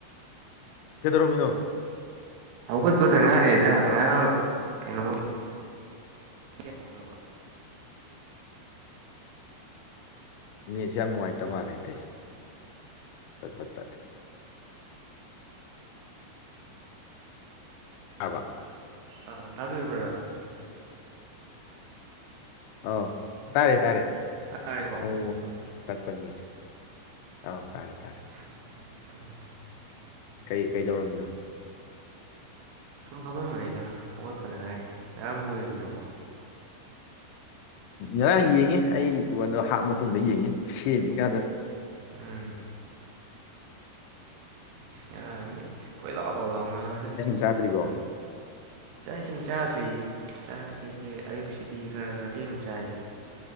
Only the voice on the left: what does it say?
ꯀꯩꯗꯧꯔꯝꯃꯤꯅꯣ
ꯅꯦꯠꯁꯦ ꯌꯥꯝ ꯅꯨꯡꯉꯥꯏꯇꯕ ꯃꯥꯜꯂꯦ ꯑꯇꯩꯁꯦ ꯐꯠ ꯐꯠ ꯇꯠꯂꯦ ꯇꯥꯔꯕꯥ
ꯑ ꯇꯥꯔꯦ ꯇꯥꯔꯦ
ꯑꯃꯃꯨꯛ
ꯇꯠꯄꯅꯤ ꯑꯥꯎ ꯇꯥꯔꯦ ꯇꯥꯔꯦ
ꯀꯩ ꯀꯩꯗꯧꯔꯝꯃꯤꯅꯣ
ꯉꯔꯥꯡ ꯌꯦꯡꯉꯤ ꯑꯩꯗꯤ ꯄꯣꯟꯗꯣ ꯍꯥꯞꯄ ꯃꯇꯨꯡꯗ ꯌꯦꯡꯉꯤ ꯁꯦꯝꯃꯤ ꯀꯥꯟꯗ
ꯆꯥꯗ꯭ꯔꯤꯒꯣ